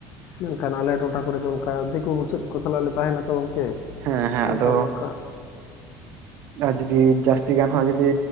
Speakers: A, on the left (about 50°); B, on the right (about 55°).
A: ᱢᱮᱱ ᱠᱷᱟᱱ ᱟᱞᱮ ᱴᱚᱴᱷᱟ ᱠᱚᱨᱮ ᱫᱚ ᱚᱱᱠᱟ ᱫᱤᱠᱩ ᱵᱩᱥᱟ. ᱫ ᱠᱚ ᱥᱟᱞᱟᱜ ᱞᱮ ᱛᱟᱦᱮᱱᱟ ᱛᱚ ᱜᱚᱝᱠᱮ
B: ᱦᱮᱸ ᱦᱮᱸ
A: ᱢᱮᱱᱠᱷᱟᱱ
B: ᱟᱫᱚ
A: ᱚᱱᱠᱟ
B: ᱡᱩᱫᱤ ᱡᱟᱹᱥᱛᱤ ᱜᱟᱱ ᱦᱚᱸ ᱡᱩᱫᱤ